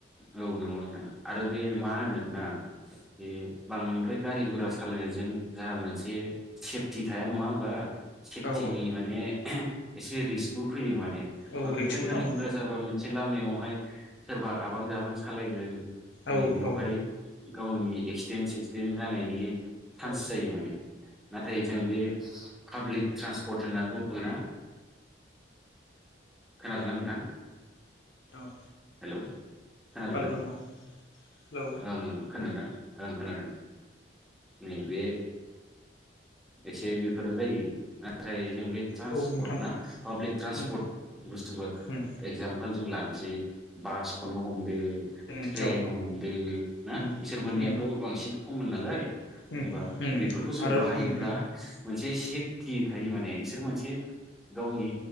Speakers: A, in the centre; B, on the left.
A: औ नंगौ नोंथा आरो बे माहोनो ना ए बांद्राय गारि गरा सालायनायजों जाहा मोनसे सेफटि थाया नङा होमबा सेफटिनि
B: औ औ
A: माने एसे रिस्कबो फैयो माने ने
B: औ
A: बांद्रा
B: रिक्सबो
A: गारि
B: दं
A: गुरा जाबा मोनसे लामायावहाय सोरबा आबां जाबां सालायगोन बे
B: औ
A: बेयावहाय
B: औ
A: गावनि एक्सटिन सिक्सटिन जानायनि चान्स
B: औ
A: जायो माने नाथाय जों बे पाब्लिक ट्रेान्सपर्ट होननानै बुङोब्ला मीना खोनादोंना नोंथां
B: हाल'
A: हेलौ खोनादोंना
B: हेल' नोंथां हेलौ
A: ओं ओं खोनादोंदा ओं खोनादों नै बे एसे बि फोरो जायो जायो जों बे ट्रान्सपर्ट
B: औ नोंथां
A: ना पाब्लिक ट्रन्सपर्ट
B: उम
A: बुस्थुफोर
B: उम
A: एक्जामपोल जों ला मोनसे बासखौनो हम बे
B: उम
A: ट्रेेन
B: औ
A: हम दो ना
B: उम
A: इसोर मोननियाथ'
B: उम
A: बांसिन खम'न नालाय
B: उम
A: होमबा
B: उम
A: बेफोरखौ जों
B: आरो
A: बाहायोब्ला
B: उम
A: मोनसे सिफटि थायो माने इसोर मोनसे गावनि